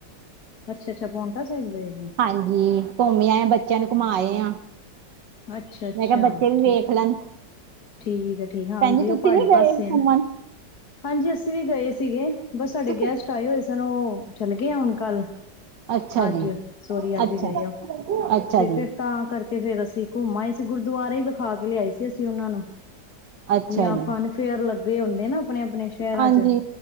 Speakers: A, on the left (about 60°); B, on the right (about 75°).
A: ਅੱਛਾ ਅੱਛਾ ਪੋਂਂਟਾ ਸਾਹਿਬ ਗਏ ਆ
B: ਹਾਂਜੀ ਘੁੰਮਿਆ ਆ ਬੱਚਿਆਂ ਨੂੰ ਘੁਮਾਏ ਆ
A: ਅੱਛਾ-ਅੱਛਾ
B: ਮੈਂ ਕਿਹਾ ਬੱਚੇ ਵੀ
A: ਠੀਕ
B: ਵੇਖ ਲੈਣ
A: ਠੀਕ ਆ ਠੀਕ ਹਾਂਜੀ
B: ਭੈਣ ਜੀ ਤੁਸੀਂ
A: ਉਹ ਪਹਾੜੀ
B: ਨੀ ਗਏ
A: ਪਾਸੇ ਹੈ।
B: ਘੁੰਮਣ
A: ਹਾਂਜੀ ਅਸੀਂ ਵੀ ਗਏ ਸੀਗੇ ਬਸ ਸਾਡੇ
B: ਤੁਸੀਂ
A: ਗੈਸਟ ਆਏ ਹੋਏ ਸਨ ਉਹ ਚਲੇ ਗਏ ਆ ਹੁਣ ਕੱਲ
B: ਅੱਛਾ
A: ਅੱਜ,
B: ਜੀ
A: ਸੋਰੀ ਅੱਜ
B: ਅੱਛਾ
A: ਗਏ ਓ
B: ਅੱਛਾ
A: ਤੇ
B: ਜੀ
A: ਫਿਰ ਤਾਂ ਕਰਕੇ ਫੇਰ ਅਸੀਂ ਘੁੰਮ ਆਏ ਸੀ ਗੁਰਦੁਆਰੇ ਈ ਵਿਖਾ ਕੇ ਲਿਆਏ ਸੀ ਅਸੀਂ ਉਹਨਾਂ ਨੂੰ।
B: ਅੱਛਾ
A: ਜਾਂ
B: ਜੀ
A: ਫਨ ਫੇਅਰ ਲੱਗੇ ਹੁੰਦੇ ਨਾਂ ਆਪਣੇ-ਆਪਣੇ। ਸ਼ਹਿਰਾਂ
B: ਹਾਂਜੀ
A: ਚ